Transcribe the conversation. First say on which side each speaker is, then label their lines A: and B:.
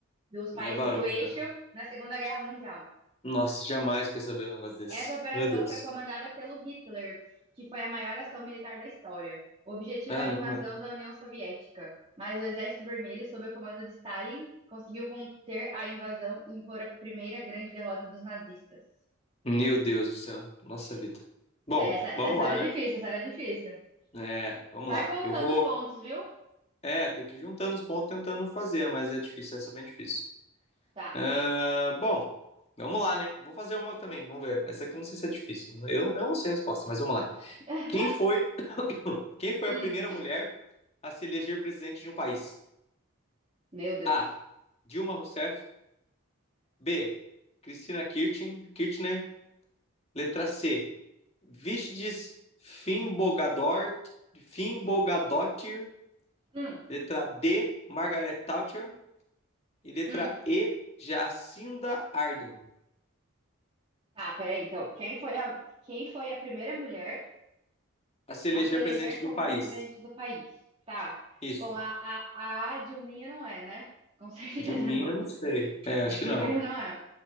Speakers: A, on the right (about 25°); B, on the left (about 30°).
A: dos países
B: É barota.
A: do eixo na Segunda Guerra Mundial.
B: Nossa, jamais queria saber um negócio desse.
A: Essa operação
B: Meu Deus.
A: foi comandada pelo Hitler, que foi a maior ação militar da história. O objetivo
B: Caramba.
A: era a invasão da União Soviética, mas o Exército Vermelho, sob o comando de Stalin, conseguiu conter a invasão e impor a primeira grande derrota dos nazistas.
B: Meu Deus do céu. Nossa vida. Bom,
A: É, Essa, essa
B: vamos lá,
A: era
B: né?
A: difícil, essa era difícil.
B: É, vamos
A: Vai
B: lá.
A: contando
B: Eu vou.
A: os pontos, viu?
B: É, tem que ir juntando os pontos tentando fazer, mas é difícil, essa é bem difícil.
A: Tá.
B: Ah, bom, vamos lá, né? Vou fazer uma também, vamos ver. Essa aqui eu não sei se é difícil. Eu, eu não sei a resposta, mas vamos lá.
A: <laughs>
B: Quem foi, quem foi
A: Hum,
B: a primeira mulher a se eleger presidente de um país?
A: meu Deus.
B: A. Dilma Rousseff. B. Cristina Kirchen, Kirchner. Letra C. Vigdis Finnbogador, Finnbogadottir.
A: Hum,
B: Letra D. Margaret Thatcher. E letra
A: hum.
B: E. Jacinda Ardern.
A: Tá, peraí, então. Quem foi a, quem foi a primeira mulher
B: a se eleger
A: a se eleger
B: presidente
A: como
B: de um país.
A: presidente do país. Tá.
B: Isso.
A: Bom, a, a, a Dilminha não é, né? Com <laughs> certeza
B: Dilminha,
A: não.
B: não sei. É, acho
A: A Dilminha
B: que não.
A: não é.